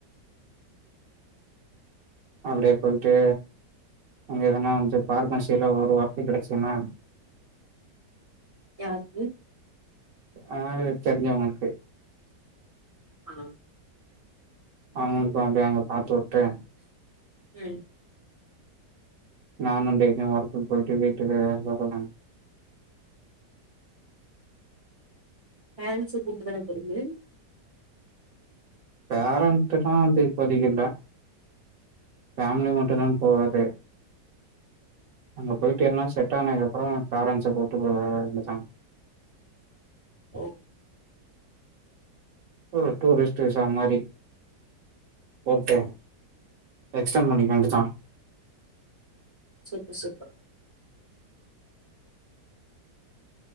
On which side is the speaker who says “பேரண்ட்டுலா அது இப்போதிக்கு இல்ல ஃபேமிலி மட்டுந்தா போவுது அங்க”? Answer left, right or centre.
Right